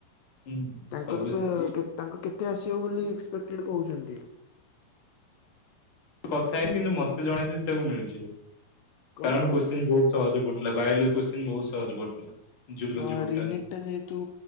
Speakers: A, on the left; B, on the left.
A: ହୁଁ
B: ତାଙ୍କର
A: ସବୁ
B: ତ କେତ୍ ତାଙ୍କୁ କେତେ ଆସିବ ବୋଲି ଏକ୍ସପେକ୍ଟେଡ୍ କହୁଚନ୍ତି?
A: କଥା ହେଇ କିନ୍ତୁ ମତେ ଜଣେଇ ଦେଲେ ତାକୁ ମିଳିଯିବ
B: କଣ?
A: କାରଣ କୋଶ୍ଚିନ୍ ବହୁତ୍ ସହଜ ପଡିଥିଲା ବାୟଲୋଜି କୋଶ୍ଚିନ୍ ବହୁତ୍ ସହଜ ପଡିଥିଲା। ଜୁଲୋଜି
B: ହଁ
A: ବୋଟାନି।
B: ରିନିଟ୍ ଟା ଯେହେତୁ